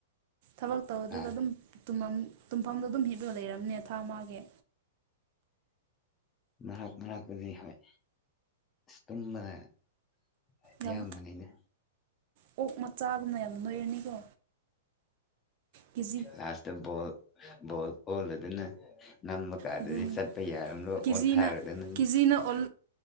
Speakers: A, on the right (about 45°); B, on the left (about 15°).
A: ꯊꯕꯛ ꯇꯧꯗ꯭ꯔꯒ
B: ꯑ
A: ꯑꯗꯨꯝ ꯇꯨꯝꯃꯝ ꯇꯨꯝꯐꯝꯗꯣ ꯑꯗꯨꯝ ꯍꯤꯞꯂ ꯂꯩꯔꯝꯅꯦ ꯊꯥ ꯑꯃꯥꯒꯤ
B: ꯃꯍꯛ ꯃꯔꯛꯇꯗꯤ ꯍꯣꯢ ꯑꯁ ꯇꯨꯝꯕꯅ ꯑꯌꯥꯝꯕꯅꯤꯅ
A: ꯌꯥꯝ ꯑꯣꯛ ꯃꯆꯥꯒꯨꯝꯅ ꯌꯥꯝ ꯅꯣꯏꯔꯅꯤꯀꯣ ꯀꯦꯖꯤ
B: ꯂꯥꯁꯇ ꯕꯣꯜ ꯕꯣꯜ ꯑꯣꯜꯂ ꯑꯗꯨꯅ ꯅꯝꯕ ꯀꯥꯟꯗꯗꯤ
A: ꯑꯗꯨꯅꯤ
B: ꯆꯠꯄ ꯌꯥꯔꯝꯂꯣꯏ
A: ꯀꯦꯖꯤꯅ
B: ꯑꯣꯟꯊꯥꯔꯗꯅ
A: ꯀꯦꯖꯤꯅ ꯑꯣꯜ